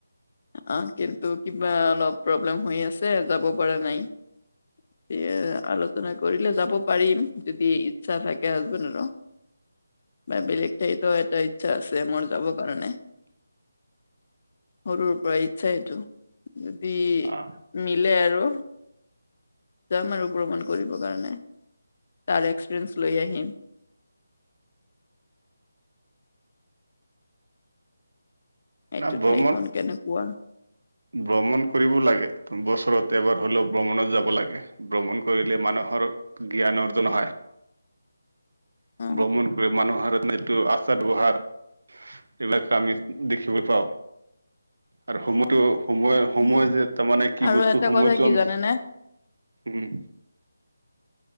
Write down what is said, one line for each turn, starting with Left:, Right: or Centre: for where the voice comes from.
Left: অ', কিন্তু কিবা অলপ প্ৰব্লেম হৈ আছে যাব পৰা নাই। ইয়ে আলোচনা কৰিলে যাব পাৰিম, যদি ইচ্ছা থাকে হাজবেণ্ডৰো। বা বেলেগ ঠাইতো এটা ইচ্ছা আছে মোৰ যাব কাৰণে। সৰুৰ পৰা ইচ্ছা এইটো, যদি
Right: আহ
Left: মিলে আৰু। যাম আৰু ভ্ৰমণ কৰিবৰ কাৰণে। তাৰ এক্সপিৰিয়েঞ্চ লৈ আহিম। এইটো
Right: না ভ্ৰমণ
Left: ঠাইখন কেনেকুৱা।
Right: ভ্ৰমণ কৰিব লাগে, বছৰত এবাৰ হ'লেও ভ্ৰমণত যাব লাগে। ভ্ৰমণ কৰিলে মানুহৰ জ্ঞান অৰ্জন হয়।
Left: অ
Right: ভ্ৰমণ মানুহৰ <unintelligible> আচাৰ ব্যৱহাৰ, এইবিলাক আমি দেখিব পাওঁ। আৰু সমতো সময়-সময়
Left: উম।
Right: যে তাৰ মানে কি
Left: আৰু
Right: বস্তু
Left: এটা
Right: সময়তটো
Left: কথা কি
Right: আমি
Left: জানেনে
Right: উম।